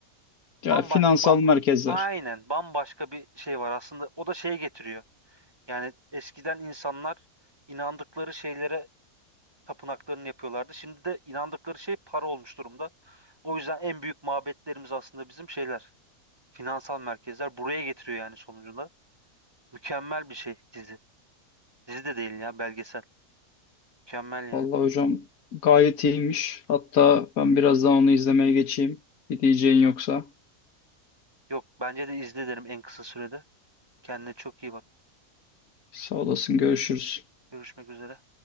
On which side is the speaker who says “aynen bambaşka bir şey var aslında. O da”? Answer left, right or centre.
Right